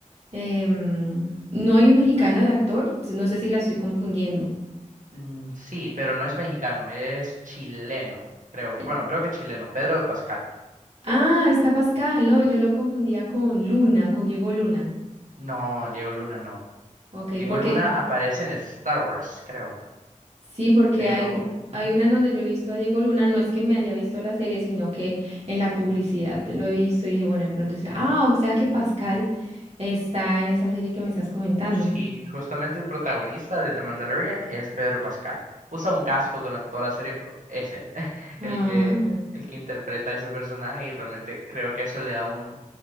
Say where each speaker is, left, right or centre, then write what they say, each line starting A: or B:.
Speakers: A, on the right; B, on the right.
A: em, no hay un mexicano de actor? No sé si la estoy confundiendo.
B: Mm, sí, pero no es mexicano, es chileno, creo.
A: Eh,
B: Bueno, creo que chileno, Pedro Pascal.
A: Ah, está Pascal, no, yo lo confundía con Luna, con Diego Luna.
B: No, Diego Luna no.
A: Ok,
B: Diego
A: porque
B: Luna aparece en Star Wars, creo.
A: sí, porque
B: Pero
A: hay,
B: Ujú.
A: hay una en donde yo he visto a Diego Luna, no es que me haya visto la serie, sino que en la publicidad lo he visto y dije, bueno, de pronto está, ah, o sea que Pascal está en esa serie que me estás comentando.
B: sí, justamente el protagonista de The Mandalorian es Pedro Pascal. Usa un casco durante toda la serie, pero es él <laughs>
A: Ah,
B: el que, el que interpreta ese personaje y realmente creo que eso le da un,